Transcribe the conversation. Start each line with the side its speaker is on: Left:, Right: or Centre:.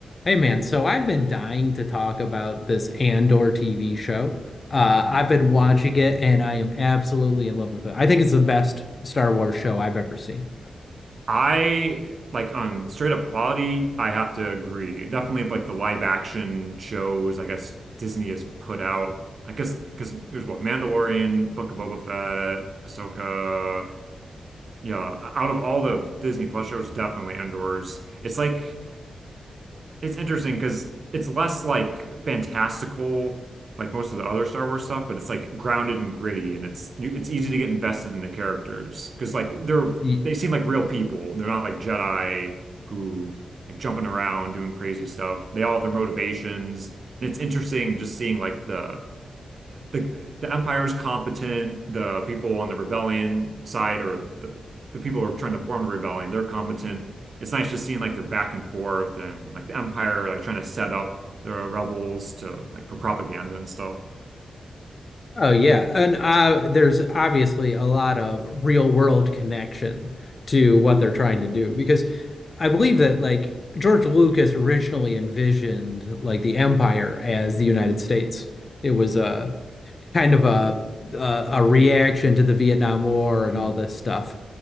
Left: Hey man, so I've been dying to talk about this Andor TV show. Uh, I've been watching it and I am absolutely in love with it. I think it's the best Star Wars show I've ever seen.
Right: I like on straight up quality, I have to agree. Definitely like the live action shows, I guess Disney has put out. I guess because it was what Mandalorian, Book of Boba Fett, Ahsoka. Yeah, out of all the Disney Plus shows, definitely Andor's. It's like it's interesting because it's less like fantastical, like most of the other Star Wars stuff, but it's like grounded and gritty, and it's you, it's easy to get invested in the characters because like they're
Left: Y-
Right: they seem like real people. They're not like Jedi who like jumping around doing crazy stuff. They all have their motivations, and it's interesting just seeing like the the the Empire's competent. The people on the rebellion side, or the the people who are trying to form the rebellion, they're competent. It's nice just seeing like they're back and forth, and like the Empire like trying to set up the rebels to like for propaganda and stuff.
Left: Oh yeah, and uh, there's obviously a lot of real world connection to what they're trying to do because I believe that like George Lucas originally envisioned like the Empire as the United States. It was a kind of a a, a reaction to the Vietnam War
Right: hmm
Left: and all this stuff.